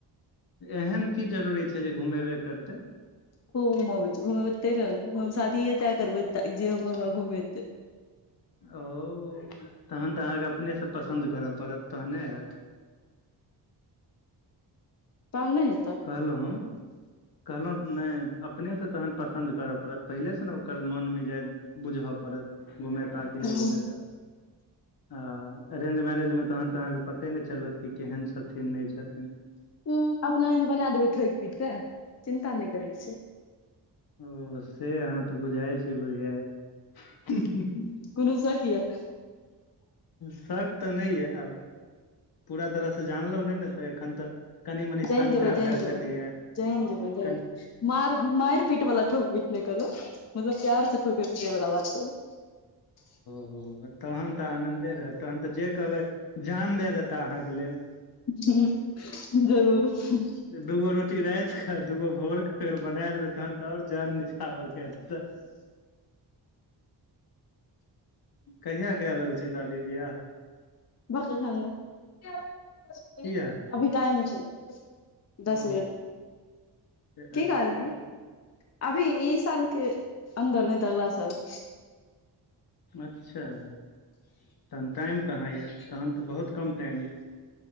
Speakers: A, on the left; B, on the left.
A: एहेन की जरूरी छैं जे घुमेबे करतय।
B: खुब घुमेबय छय घुमेबे तय ले न शादीये तै करबै, जे हमरा घुमेतै।
A: ओऽ तहन तऽ अहाँके अपनेसऽ पसन्द कर पड़त, तहने हेत।
B: तहन नैं हे
A: कहलौंह कहलहुं नय। अपने स तहन पसन्द करऽ पड़त, पहिले से ने ओकर मन मिजाद बुझऽ पड़त। घूमेते कि
B: ह
A: नैं घूमेता। हाॅं अरेंज मैरेंज में तहन तऽ अहाँके पते नहि चलत कि, केहन छथिन नहि छथिन।
B: उ अपना एहेन बना देबैंय, ठोकि पीट कऽ, चिन्ता नहि करैं छैं।
A: ओऽ से अहाँ तऽ बुझाइ छी बुधियेर ‌।
B: कुनु शक ये।
A: शक तऽ नहि ये आब, पूरा तरहस जानलहु नहि ने तऽ एखन तऽ। कनि मनि शंका
B: जानि जेबैय
A: भए
B: जानि जेबैय
A: सकैया
B: जानि जेबैय जानि
A: कनि
B: जेबैय। मार मारि पीट वाला ठोक पीट नहि कहलों, मतलब प्यार स ठोकय पीटे बला बात कहलों। <inaudible>
A: ओ तहन तऽ आनन्दे रहत तहन तऽ जे कहबै जान दे देता अहाँके लेल।
B: हु जरूर। <unintelligible>
A: दूगो रोटी रात क दूगो भोरके अगर बना देबैय तहन त और जान निछावर का देता। कहिया कए रहल छी शादी बियाह।
B: <unintelligible>
A: किया
B: अभी टाइम छैं। दस
A: ओ
B: मिनट,
A: एखन,
B: की कहली? अभी ई साल के अन्दर नहि त अगला साल।
A: अच्छा तहन टाइम कहाँ ये तहन त बहुत कम टाइम ये।